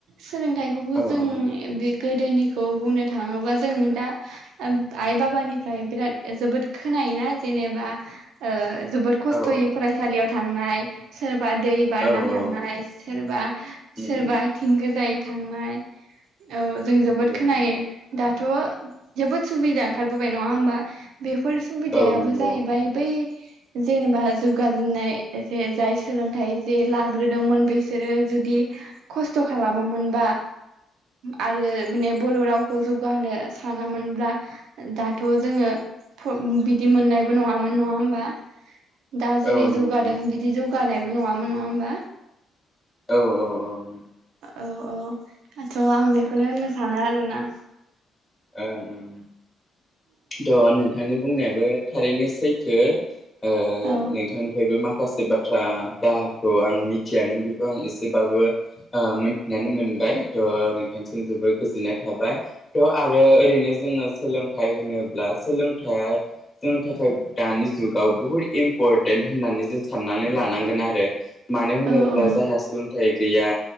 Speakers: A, on the right; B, on the left.
A: सोलोंथाइखौबो
B: ओं
A: जों
B: ओं
A: बे गोदोनिखौ बुंनो थाङोबा जों दा आइ बाबानिफ्राय बिराद जोबोद खोनायोना जेनेबा ओ जोबोद खस्थ'यै
B: औ
A: फरायसालियाव थांनाय सोर सोरबा दै बारना
B: औ
A: थांनाय
B: उम
A: सोरबा
B: उम
A: सोरबा आथिं गोजायै थांनाय औ जों जोबोद
B: नंगौ
A: खोनायो।
B: नंगौ
A: दाथ' जोबोद सुबिदा ओंखारबोबाय नङा होमबा? बेफोर सुबिदायाबो
B: औ नंगौ
A: जाहैबाय बै जेनेबा जौगाजेननाय एसे जाय सोलोंथाइ जे लाग्रोदोंमोन बिसोरो जुदि खस्थ' खालामोमोनबा आरो
B: उम उम
A: माने बर' राव खौ जौगाहोनो सानामोनब्ला दाथ' जोङो बिदि मोननायबो नङामोन नङा होमबा? दा जेरै
B: औ नंगौ
A: जौगादों बिदि जौगानो जौगानायबो नङामोन नङा होमबा?
B: औ औ औ
A: औ औ दाथ' आं बेखौनो होननो सानो आरोना।
B: ओं ओं थ' नोंथांनि बुंनायाबो थारैनो सैथो। ओ
A: औ
B: नोंथांनिफ्रायबो मा माखासे बाथ्रा जखौ आं मिथियामोन बेखौ आं एसेबाबो मिथिनानै मोनबाय थह नोंथांसिम जोबोर गोजोननाय थाबाय थ' आरो ओरैनो जोङो सोलोंथाइ होनोब्ला सोलोंथाइया जोंनि थाखाय दानि जुग आव बहुत इम्पर्टेन्ट होननानै जों साननानै लानांगोन आरो मानो होनोब्ला
A: औ औ
B: जायहा सोलोंथाइ गैया